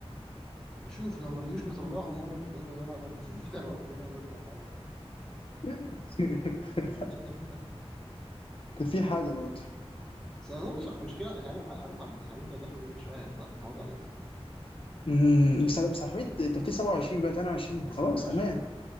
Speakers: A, in the centre; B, on the left.
A: نشوف لو ما رضيوش نطلعهم هما الاتنين ونلعب أنا وأنت <laughs> لوحدنا ونطلع مع بعض
B: <laughs>
A: <laughs>
B: كان في حاجة برضه
A: بس أظن مش مشكلة مش عارف عارف عبد الحميد لو دخل بدري شوية هيطلع لأن هو ضعيف
B: مم. بس بس يا حميد أنت قلت لي 27 بقى 28
A: مثلا
B: خلاص
A: 120
B: أمان
A: اه